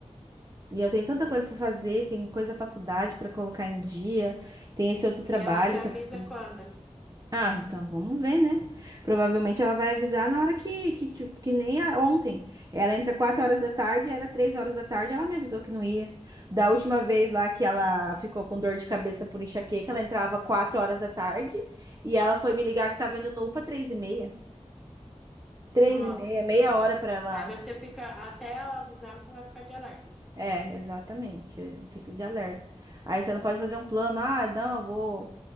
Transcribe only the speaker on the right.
E eu tenho tanta
coisa para fazer, tem coisa da faculdade para colocar em dia, tem esse outro
trabalho
que eu preciso.
Ah, então vamos ver, né? Provavelmente ela vai avisar na hora que, que tipo, que nem a- ontem. Ela entra 4 horas da tarde, era 3 horas da tarde, ela me avisou que não ia. Da última vez lá que ela ficou com dor de cabeça por enxaqueca, ela entrava 4 horas da tarde e ela foi me ligar que tava indo no UPA 3 e meia. três
e meia, meia
hora pra ela.
É, exatamente. Fica de alerta. Aí você não pode fazer um plano, ah, não, eu vou,